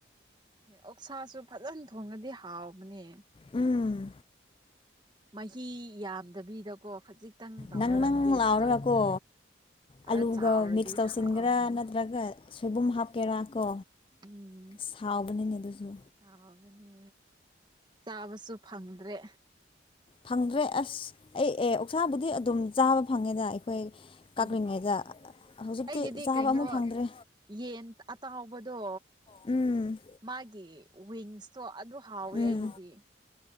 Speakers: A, on the right (about 25°); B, on the left (about 30°).
A: ꯑꯣꯛꯁꯥꯁꯨ ꯐꯖꯅ ꯊꯣꯡꯉꯗꯤ ꯍꯥꯎꯕꯅꯦ
B: ꯎꯝ
A: ꯃꯍꯤ ꯌꯥꯝꯗꯕꯤꯗꯀꯣ ꯈꯖꯤꯛ ꯈꯤꯇꯪ ꯇꯧꯔꯒ
B: ꯅꯪ ꯅꯪ
A: ꯄꯤꯁꯇꯣ
B: ꯂꯥꯎꯔꯒꯀꯣ
A: ꯈꯔ
B: ꯑꯂꯨꯒ
A: ꯆꯥꯎꯔꯗꯤ
B: ꯃꯤꯛꯁ ꯇꯧꯁꯤꯟꯒꯦꯔꯥ
A: ꯍꯥꯎꯅꯤ
B: ꯅꯠꯇ꯭ꯔꯒ ꯁꯣꯏꯕꯨꯝ ꯍꯥꯞꯀꯦꯔꯥꯀꯣ
A: ꯎꯝ
B: ꯁꯥꯎꯕꯅꯤꯅꯦ ꯑꯗꯨꯁꯨ
A: ꯍꯥꯎꯕꯅꯦ ꯆꯥꯕꯁꯨ ꯐꯪꯗ꯭ꯔꯦ
B: ꯐꯪꯗ꯭ꯔꯦ ꯑꯁ ꯑꯩ ꯑꯦ ꯑꯣꯛꯁꯥꯕꯨꯗꯤ ꯑꯗꯨꯝ ꯆꯥꯕ ꯐꯪꯉꯦꯗ ꯑꯩꯈꯣꯏ
A: ꯎꯝ
B: ꯀꯛꯂꯤꯉꯩꯗ
A: ꯎꯝ
B: ꯍꯧꯖꯤꯛꯇꯤ
A: ꯑꯩꯒꯤꯗꯤ
B: ꯆꯥꯕ
A: ꯀꯩꯅꯣ
B: ꯑꯃꯨꯛ ꯐꯪꯗ꯭ꯔꯦ
A: ꯌꯦꯟ ꯑꯇꯥꯎꯕꯗꯣ
B: ꯎꯝ
A: ꯃꯥꯒꯤ ꯋꯤꯡꯁꯇꯣ ꯑꯗꯨ ꯍꯥꯎꯋꯦ
B: ꯎꯝ
A: ꯑꯩꯒꯤꯗꯤ